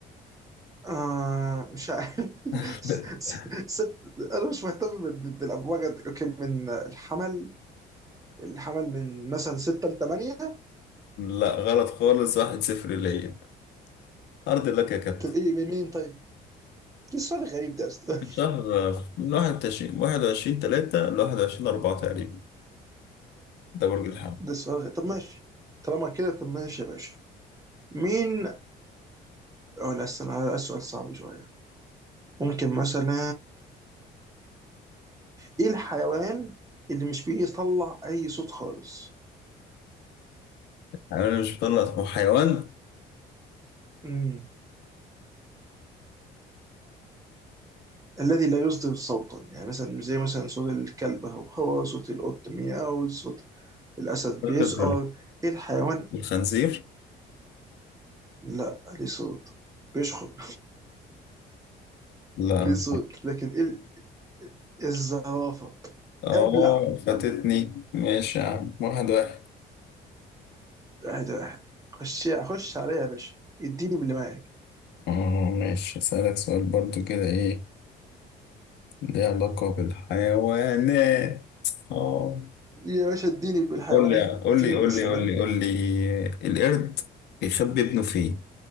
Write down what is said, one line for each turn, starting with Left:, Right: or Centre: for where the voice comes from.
Right: آه مش عارف <laughs>
Left: <laughs>
Right: ست... انا مش مهتم بال- بالابواج قد- اوكي من الحمل الحمل من مثلا 6 ل 8
Left: لا غلط خالص واحد صفر ليا أرض لك يا كابتن
Right: طب ايه من مين طيب؟ ايه السؤال الغريب ده يا اسطى؟ <laughs>
Left: شهر آه، من واحد وعشرين واحد وعشرين تلاتة لواحد وعشرين أربعة تقريبا ده برج الحمل
Right: ده السؤال الغريب طب ماشي طالما كده طب ماشي يا باشا مين اه لا استنى ده السؤال صعب شوية ممكن مثلا ايه الحيوان اللي مش بيطلع اي صوت خالص؟
Left: يعني أنا مش بطلع هو حيوان
Right: امم الذي لا يصدر صوتا يعني مثلا زي مثلا صوت الكلب هو هو صوت القط مياو صوت الاسد
Left: فاقد
Right: بيزقر ايه الحيوان
Left: الخنزير
Right: لا ليه صوت بيشخر
Left: لا
Right: ليه صوت لكن ايه ال- الزرافه
Left: اه
Right: ابلع
Left: فاتتني ماشي يا عم واحد واحد
Right: واحد واحد خش خش عليا يا باشا اديني من اللي معاك
Left: اه ماشي اسألك سؤال برضو كده ايه ليه علاقة بالحيوانات اه
Right: يا باشا اديني بالحيوانات
Left: قول لي قول
Right: اديني
Left: لي قول
Right: يا سلام
Left: لي قول لي قول لي القرد بيخبي ابنه فين